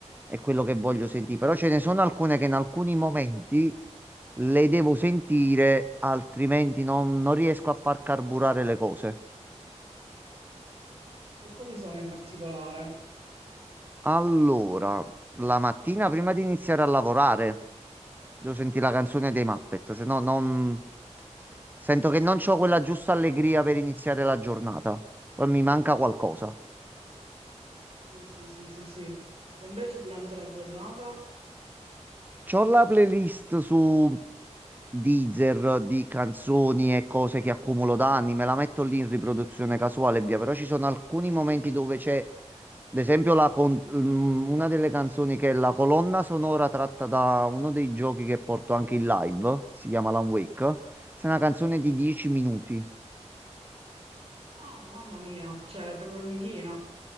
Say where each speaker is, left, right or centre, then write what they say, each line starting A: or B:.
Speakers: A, on the right; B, on the right.
A: è quello che voglio sentire. Però ce ne sono alcune che in alcuni momenti le devo sentire, altrimenti non, non riesco a far carburare le cose.
B: Ok. E quali sono in particolare?
A: Allora, la mattina prima di iniziare a lavorare, devo sentire la canzone dei Muppet, se no non... Sento che non ho quella giusta allegria per iniziare la giornata. Poi mi manca qualcosa.
B: Sì, sì, sì, sì, sì. E invece durante la giornata?
A: C'ho la playlist su Deezer di canzoni e cose che accumulo da anni, me la metto lì in riproduzione casuale e via, però ci sono alcuni momenti dove c'è, ad esempio, la con- mm, una delle canzoni che è la colonna sonora tratta da uno dei giochi che porto anche in live, si chiama Alan Wake, è una canzone di
B: Ok.
A: 10 minuti.
B: Ah, mamma mia, cioè è proprio lunghina.